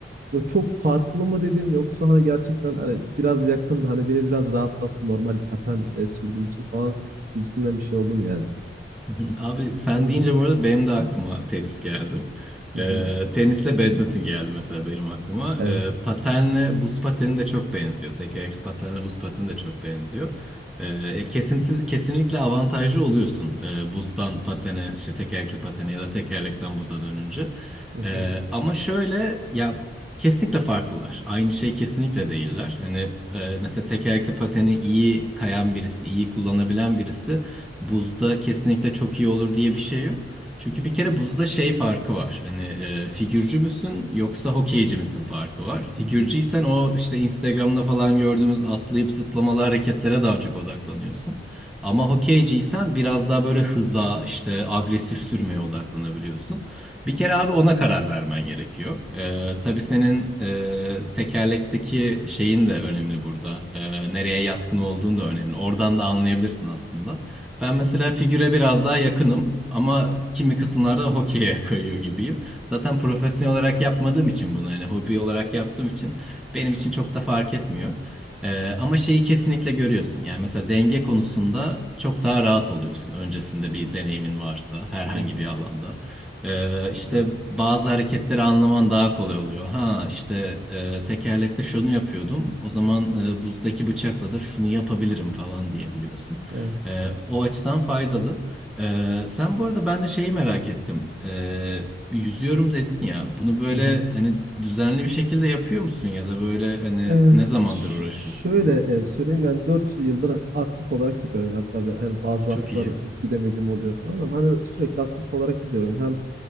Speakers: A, on the right (about 50°); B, in the centre.
A: böyle çok farklı mı dedin yoksa hani gerçekten hani biraz yakındı hani beni biraz rahatlattı normal paten e, sürdüğüm için falan gibisinden bir şey oldu mu yani?
B: <laughs> Hı hı. Abi sen
A: Onu
B: deyince
A: merak.
B: bu arada benim de aklıma tenis geldi.
A: Hı
B: Ee,
A: hı.
B: tenisle badminton geldi mesela benim aklıma.
A: Evet.
B: Ee, patenle buz pateni de çok benziyor. Tekerlekli patenle buz pateni de çok benziyor. Ee, kesinti, kesinlikle avantajlı oluyorsun. Ee, buzdan patene, işte tekerlekli patene ya da tekerlekten buza dönünce.
A: Hı
B: Ee,
A: hı.
B: ama şöyle ya kesinlikle farklılar. Aynı şey kesinlikle değiller. Hani e, mesela tekerlekli pateni iyi kayan birisi, iyi kullanabilen birisi buzda kesinlikle çok iyi olur diye bir şey yok. Çünkü bir kere buzda şey farkı var. Hani e, figürcü müsün yoksa hokeyci misin farkı var. Figürcüysen
A: Hı hı.
B: o işte Instagram'da falan gördüğümüz atlayıp zıplamalı hareketlere daha çok odaklanıyorsun. Ama
A: Hı hı.
B: hokeyciysen biraz daha böyle hıza, işte agresif sürmeye odaklanabiliyorsun. Bir kere abi ona karar vermen gerekiyor. Ee,
A: Hı
B: tabii
A: hı.
B: senin e, tekerlekteki şeyin de önemli burada. Ee, nereye yatkın olduğun da önemli. Oradan da anlayabilirsin aslında. Ben mesela figüre biraz daha yakınım ama kimi kısımlarda hokeye <laughs> kayıyor gibiyim. Zaten profesyonel olarak yapmadığım için bunu hani hobi olarak yaptığım için benim için çok da fark etmiyor. Ee, ama şeyi kesinlikle görüyorsun. Yani mesela denge konusunda çok daha rahat oluyorsun. Öncesinde bir deneyimin varsa herhangi
A: Hı hı.
B: bir alanda. Ee, işte
A: Anladım.
B: bazı hareketleri anlaman daha kolay oluyor. Ha işte e, tekerlekte şunu yapıyordum. O zaman e, buzdaki bıçakla da şunu yapabilirim falan diyebiliyorsun.
A: Evet.
B: Ee, o açıdan faydalı. Ee, sen bu arada ben de şeyi merak ettim. Ee, bir yüzüyorum dedin ya. Bunu böyle
A: Hı hı.
B: hani düzenli bir şekilde yapıyor musun ya da böyle hani
A: Ee,
B: ne zamandır
A: ş-
B: uğraşıyorsun
A: şöyle
B: bununla?
A: e, söyleyeyim yani 4 yıldır aktif olarak gidiyorum yani tabii hani bazı
B: Ha, çok
A: haftalar
B: iyi.
A: gidemediğim oluyor falan ama hani sürekli aktif olarak gidiyorum hem